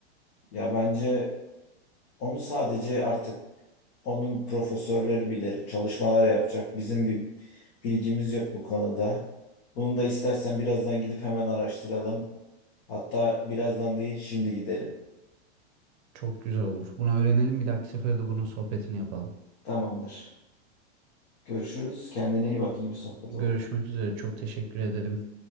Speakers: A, on the left; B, on the right.
A: Ya bence onu sadece artık onun profesörleri bilir, çalışmalar yapacak. Bizim bir bilgimiz yok bu konuda. Bunu da istersen birazdan gidip hemen araştıralım. Hatta birazdan değil, şimdi gidelim.
B: Çok güzel olur. Bunu öğrenelim. Bir dahaki sefere de bunun sohbetini yapalım.
A: Tamamdır. Görüşürüz. Kendine iyi bak. İyi bir sohbet
B: Görüşmek
A: oldu.
B: üzere. Çok teşekkür ederim.